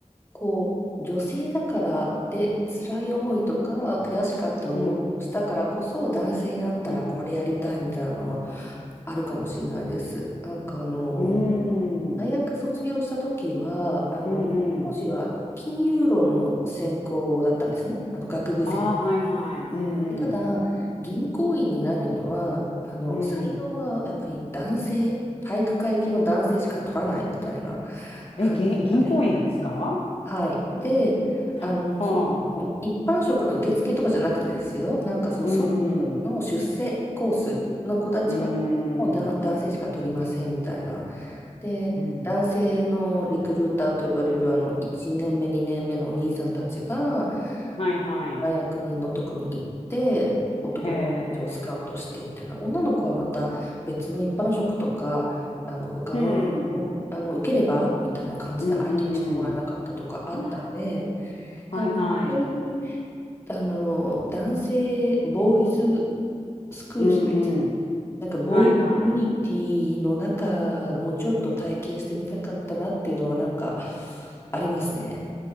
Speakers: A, on the left; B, on the left.
A: こう女性だからで辛い思いとか悔しかった思いをしたからこそ男性になったらこれやりたいみたいなのは
B: うん。うん。
A: あるかもしれないです。なんかあの
B: うー
A: 大学卒業した時はあの講師は金融論の専攻だったんですねあの学部生
B: ん。うんうん。ああ、はいはい。うんうん。
A: ただ、銀行員になるには、あの、
B: うん。
A: 採用はやっぱり男性、体育会系の男性しか取らないみたいな感じなんですよ。
B: え、げ、銀行員がですか
A: はい。で、
B: た、
A: あの、
B: はあ。
A: その、一般職の受付とかじゃなくてですよ、なんかその総合職の出世コースの子たちは、
B: うんうん。うーん。
A: もうだ男性しか取りませんみたいな。
B: うん
A: で、
B: うん。
A: 男性のリクルーターと呼ばれる、あの、1年目、2年目のお兄さんたちが、
B: はいはい。
A: 大学にのとこに行って男の子たちをスカウトしてみたいな女の子はまた別の一般職とかあの他の、
B: へえ。うん。
A: あの受ければみたいな感じで相手にしてもらえなかったとかあったんで
B: うんうん。<laughs> はいはい。
A: なんかそういうあの男性ボーイズスクールじゃないですけどなんかボーイズコミュニティの中もちょっと体験してみたかったなっていうのはなんか
B: うんうん。はいはい。
A: ありますね。